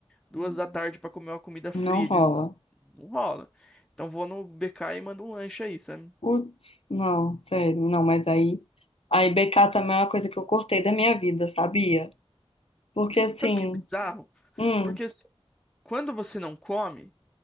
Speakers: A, in the centre; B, on the left.
A: duas da Hum. tarde pra comer uma comida fria
B: Não rola.
A: de restaurante. Não rola. Então vou no BK e mando um lanche aí, sabe?
B: Putz, não, sério, não, mas aí. Aí BK também é uma coisa que eu cortei da minha vida, sabia? Porque assim,
A: Sabe o que é bizarro?
B: hum,
A: Porque assim, quando você não come,